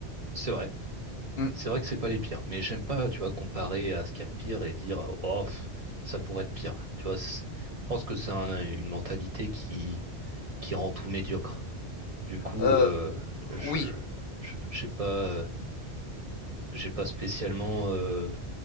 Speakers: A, on the right; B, on the left.
A: c'est vrai.
B: Mm.
A: C'est vrai que c'est pas les pires, mais j'aime pas, tu vois, comparer à ce qu'il y a de pire et dire, oh, pff, ça pourrait être pire. Tu vois, c'est- je pense que c'est un- une mentalité qui, qui rend tout médiocre. Du coup,
B: Euh,
A: euh, je,
B: oui,
A: je, j'ai pas, euh, j'ai pas spécialement, euh,